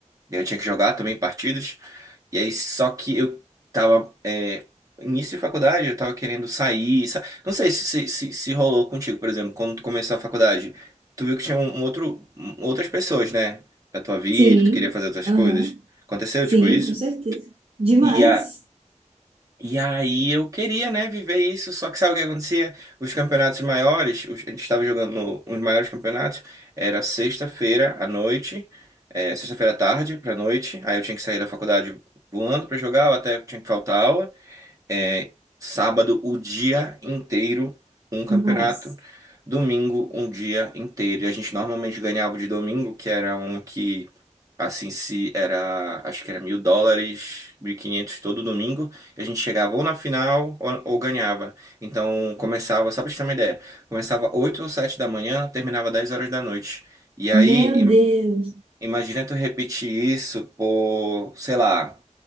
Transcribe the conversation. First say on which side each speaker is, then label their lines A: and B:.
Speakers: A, on the right; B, on the right.
A: E eu tinha que jogar também partidas. E aí, só que eu tava. é, início de faculdade, eu tava querendo sair. sa- Não sei se, se, se, se rolou contigo, por exemplo, quando tu começou a faculdade. Tu viu que tinha um um outro, um- outras pessoas, né? Da tua vida,
B: sim.
A: tu queria fazer outras
B: Aham,
A: coisas. Aconteceu,
B: Sim,
A: tipo, isso?
B: com certeza. Demais.
A: E, a, e aí eu queria, né, viver isso, só que sabe o que acontecia? Os campeonatos maiores, os- a gente estava jogando no, os maiores campeonatos, era sexta-feira à noite, eh, sexta-feira à tarde pra noite, aí eu tinha que sair da faculdade voando pra jogar, eu até tinha que faltar aula, é, sábado, o dia inteiro, um campeonato.
B: Nossa.
A: Domingo, um dia inteiro. E a gente normalmente ganhava de domingo, que era um que, assim, se era, acho que era mil dólares, 1.500 todo domingo. E a gente chegava ou na final ou, ou ganhava. Então, começava, só pra gente ter uma ideia, começava 8 ou 7 da manhã, terminava 10 horas da noite. E aí,
B: Meu
A: im-
B: Deus.
A: imagina tu repetir isso por, sei lá